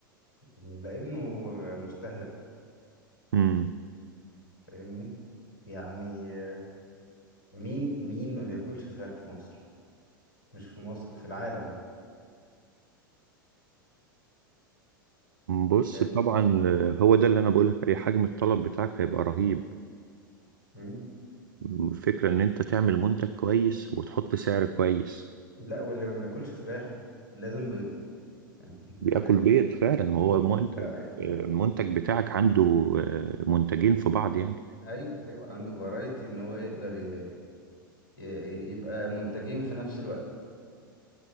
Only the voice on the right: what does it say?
امم
بص
طبعا آه، هو ده اللي أنا بقولك عليه حجم الطلب بتاعك هيبقى رهيب
الفكرة إن أنت تعمل منتج كويس وتحط سعر كويس
بياكل
بيض فعلا هو منتج
آه، المنتج بتاعك عنده آه، منتجين في بعض يعني